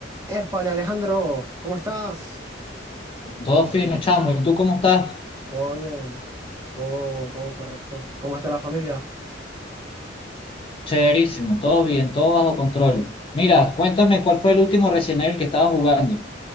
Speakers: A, on the right; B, on the left.
A: Épale, Alejandro, ¿cómo estás?
B: Todo fino, chamo. ¿Y tú cómo estás?
A: Todo bien, todo, todo correcto. ¿Cómo está la familia?
B: Chéverísimo, todo bien, todo bajo control. Mira, cuéntame cuál fue el último Resident Evil que estabas jugando.